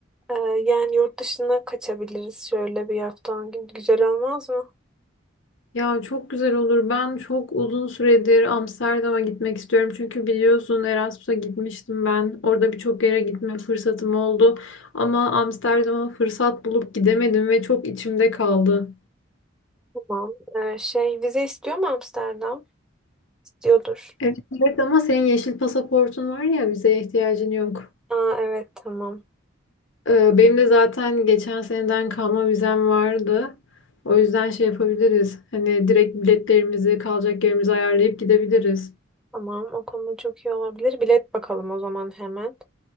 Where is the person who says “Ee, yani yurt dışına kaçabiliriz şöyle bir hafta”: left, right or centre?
Centre